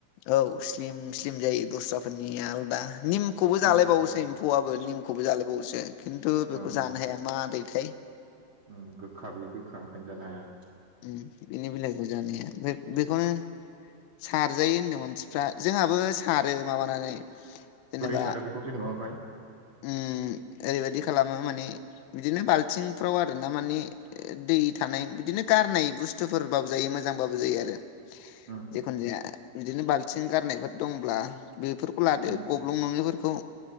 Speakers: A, on the left; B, on the right.
A: औ स्लिम स्लिम जायो दस्राफोरनिया आलदा निमखौबो जालाय
B: उम
A: एम्फौआबो निमखौबो जालायबावोसो खिन्थु बेखौ
B: औ
A: जानो
B: औ
A: हाया मादैथाय?
B: उम गोखा बियो गोखा ओंखायनो जानो हाया।
A: उम बिनि बिलाइखौ जानो हाया ओमफाय बेखौनो सारजायो होनदों मानसिफ्रा जोंहाबो सारो माबानानै जेनेबा
B: बोरै सारो बेखौ जेनेबा ओमफाय?
A: उम ओरैबायदि खालामो माने बिदिनो बालथिंफ्राव आरोना माने दै थानाय बिदिनो गारनाय बुस्थुफोरबाबो जायो मोजांबाबो जायो आरो।
B: उम
A: जिखुनु जाया बिदिनो बाल्थिं गारनायफोर दंब्ला बेफोर लादो
B: उम
A: गब्लं नङैफोरखौ